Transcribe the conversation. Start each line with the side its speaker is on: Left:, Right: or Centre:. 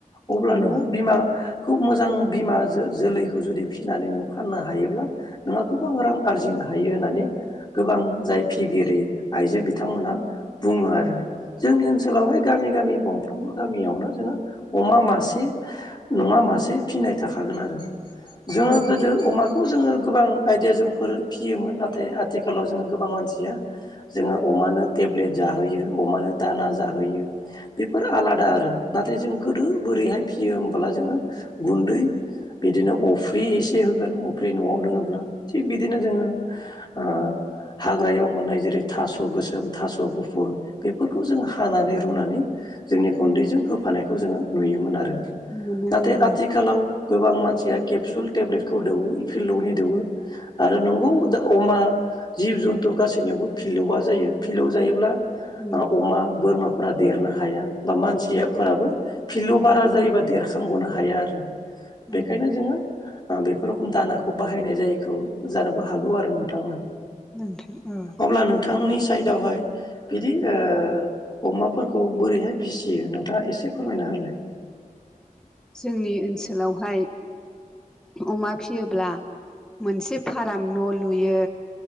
Left: अब्ला
Centre: नंगौ
Left: नोङो बिमाखौ मोजां बिमा जो जोलैखौ जुदि फिसिनानै नों फाननो हायोब्ला नोंहा गोबां रां आरजिनो हायो होननानै गोबां जाय फिगिरि आइजो बिथांमोनहा बुङो आरो। जोंनि ओनसोलावहाय गामि गामि गं गंफ्रोमबो गामियावनो जोङो अमा मासे नङा मा मोनसे फिनाय थाखागोन आरो जोङो
Centre: खायो
Left: गोदो अमा खौ जोङो गोबां आइदिया जों फोर फियोमोन नाथाय आथिखालाव जोङो गोबां मानसिया जोङो अमानो टेब्लेट जाहोयो अमानो दाना जाहोयो बेफोरो आलादा आरो नाथाय जों गोदो बोरैहाय फिसियो होमबोला जोङो गुन्दै बिदिनो अफ्रि एसे होगोन अफ्रि न'आव दोङोब्ला थिग बिदिनो जोङो ओ हाग्रायाव मोननाय जेरै थास' गोसोम थास' गुफुर बेफोरखौ जों हानानै रुनानै जोंनि गुन्दैजों होफानायखौ जोङो नुयोमोन आरो।
Centre: मोना
Left: नाथाय
Centre: नांगौ
Left: आथि आथिखालाव गोबां मानसिया केपसुल टेब्लेटखौ दौवो इफिलौनि दौवो आरो नोंगौ दा अमा जिब जुन्थु गासैनियावबो फिलौआ जायो फिलौआ जायोब्ला
Centre: नंगौ
Left: ओ अमा बोरमा फोर देरनो हाया बा मानसिफोराबो फिलौआव बारा जायोबा देरखांबोननो हाया आरो।
Centre: नांगौ
Left: बेखायनो जोङो आ बेफोर रखम दानाखौ बाहायनाय जायैखौ जानोबो हागौ आरो नोंथां नों
Centre: नोंथां औ
Left: अब्ला नोंथांनि साइडावहाय बिदि ओ अमाफोरखौ बोरैहाय फिसियो नोंथाङा एसे फोरमायना होलाय।
Centre: जोंनि ओनसोलावहाय अमा फियोब्ला मोनसे फाराम न' लुयो।